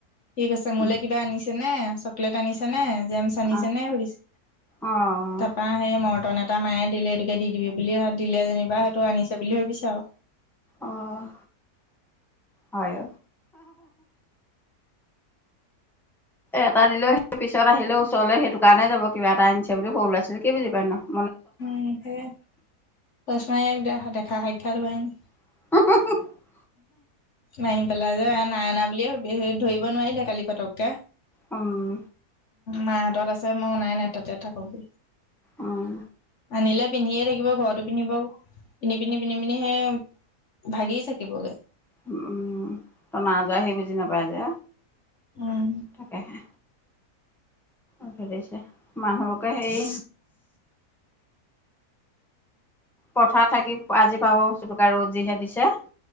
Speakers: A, on the left (about 50°); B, in the centre.
A: ঠিক আছে মোলে
B: উম
A: কিবা আনিছে ন চকলেট আনিছে নে। যেমচ আনিছেনে
B: অ
A: সুধিছে,
B: অ
A: তাৰপৰা সেই মৰ তন এটা মায়ে দিলে এইেটোকে দি দিবি বুলি দিলে যেনিবা সেইটো আনিছে বুলি ভাবিছে আৰু।
B: অ' হয়। এটা দিলেও সেই পিছত আহিলেও ওচৰলৈ সেইটো কাৰণে যাব কিবা এটা আনিছে বুলি সৰু ল'ৰা ছোৱালী আছিল কি বুজি পায় নো।
A: উম, সেয়ে <unintelligible> দেখা সাক্ষাৎ হোৱাই নাই।
B: <unintelligible>
A: মাৰি পেলাই যে নাই অনা বুলিয়ে ধৰিব নোৱাৰিলে কালি পতককে।
B: উম
A: মাৰ হাতত আছে মই অনাই নাই তাতে থাকক।
B: উম।
A: আনিলে পিন্ধিয়ে থাকিব ঘৰতো পিন্ধিব পিন্ধি পিন্ধি- পিন্ধি- পিন্ধি সেই ভাগি থ কিব গে।
B: উম <unintelligible> যোৱা সি বুজি নাপাই যে।
A: উম
B: তাকেহে। <unintelligible> ছে মানুহবকে হেৰি পথাৰ থাকি আজি পাব চুকা ৰ'দ যিহে দিছে।